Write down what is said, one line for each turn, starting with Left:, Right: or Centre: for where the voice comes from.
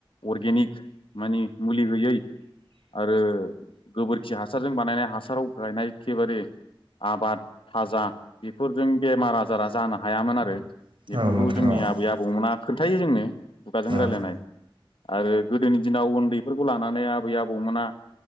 Left: अर्गेनिक मानि मुलि होयै आरो गोबोरखि हासारजों बानायनाय हासाराव गायनाय एखेबारे आबाद थाजा बेफोरजों बेमार आजारा जानो हायामोन आरो।
Right: औ
Left: बेफोरखौ
Right: औ नोंथां
Left: जोंनि
Right: औ
Left: आबै आबौमोना खोन्थायो जोंनो खुगाजों
Right: औ
Left: रायलायनाय। आरो गोदोनि दिनाव उन्दैफोरखौ लानानै आबै आबौमोना